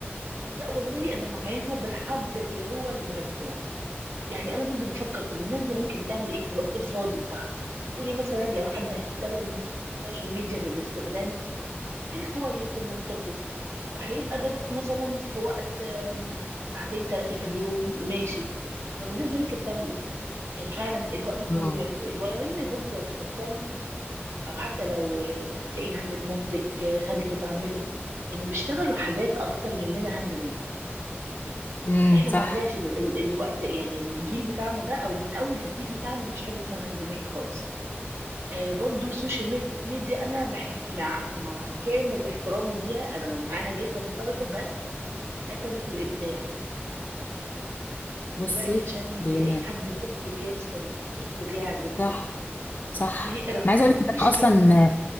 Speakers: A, on the right (about 75°); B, on the left (about 45°).
A: لا والله انا معاها بالحد اللي هو المسموح يعني انا برضو بفكر طب الناس زمان كانت بتعمل ايه في الوقت الفاضي بتاعها قولي مثلا لو حد هيستخدم السوشيال ميديا بالاستخدام الكويس المنطقي فهيبقى دوت مثلا في وقت آم، ساعتين ثلاثة في اليوم ماشي طب الناس زمان كانت بتعمل ايه كان فعلا الوقت الفاضي
B: اه
A: بيعملوا ايه ولو ان برضو لو تفكري او حتى لو آه، هتلاقي عندك مامتك آه، خالتك عمتك كانوا بيشتغلوا حاجات اكتر مننا هاند ميد
B: امم
A: احنا
B: صح
A: ما عندناش ال ال الوقت يعني الجيل بتاعنا ده او من اول الجيل بتاعنا مفيش حاجه اسمها هاند ميد خالص آه برضو السوشيال ميد- ميديا انا بحب مع مع كامل احترامي ليها انا معاها جدا متفقه بس قتلت الابداع
B: بصي
A: دلوقتي عشان تلاقي
B: هي
A: حد طفل بيرسم طفل بيعزف
B: صح صح
A: بيقرا
B: انا عايزه اقول لك
A: مفيش
B: ان انا اصلا
A: كام